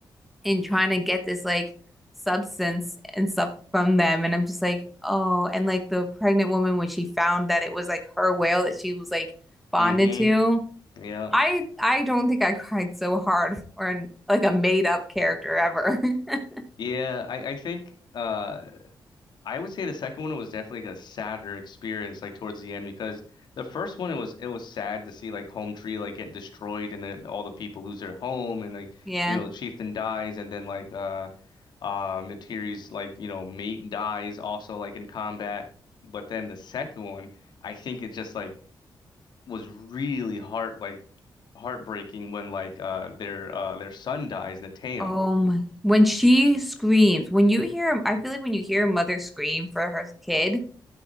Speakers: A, in the centre; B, on the left.
A: in trying to get this like substance and stuff from them and I'm just like, "Oh." And like the pregnant woman when she found that it was like her whale that she was like bonded
B: Mm-hmm.
A: to.
B: Yep.
A: I I don't think I cried so hard for an, like a made up character ever. <laughs>
B: Yeah, I, I think uh I would say the second one was definitely a sadder experience like towards the end because the first one it was it was sad to see like Home Tree like get destroyed and then all the people lose their home and like
A: Yeah.
B: you know the chieftain dies and then like uh um the Tiri's like you know mate dies also like in combat but then the second one I think it just like was really heart like heartbreaking when like uh their uh their son dies, Nateum.
A: Oh my. When she screams, when you hear, I feel like when you hear a mother scream for her kid